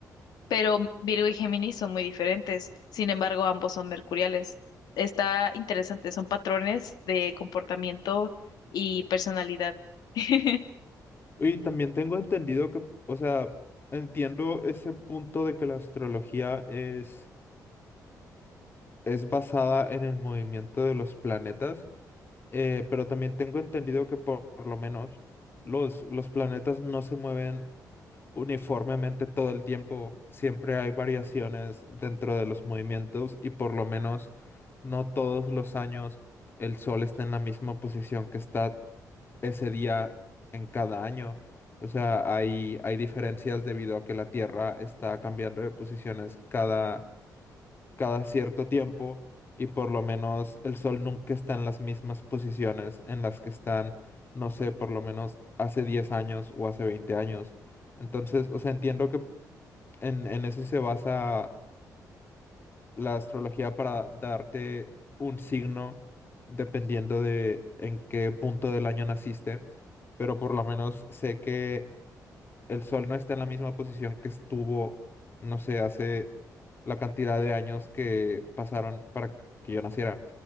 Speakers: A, on the left; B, on the left.
A: pero Virgo y Géminis son muy diferentes. Sin embargo, ambos son mercuriales. Está interesante, son patrones de comportamiento y personalidad. <laughs>
B: Y también tengo entendido que, o sea, entiendo ese punto de que la astrología es, es basada en el movimiento de los planetas, eh, pero también tengo entendido que por, por lo menos los, los planetas no se mueven uniformemente todo el tiempo. Siempre hay variaciones dentro de los movimientos y por lo menos no todos los años el sol está en la misma posición que está ese día en cada año. O sea, hay, hay diferencias debido a que la Tierra está cambiando de posiciones cada cada cierto tiempo y por lo menos el sol nunca está en las mismas posiciones en las que están, no sé, por lo menos hace 10 años o hace 20 años. Entonces, o sea, entiendo que en, en eso se basa la astrología para darte un signo dependiendo de en qué punto del año naciste, pero por lo menos sé que el Sol no está en la misma posición que estuvo, no sé, hace la cantidad de años que pasaron para que yo naciera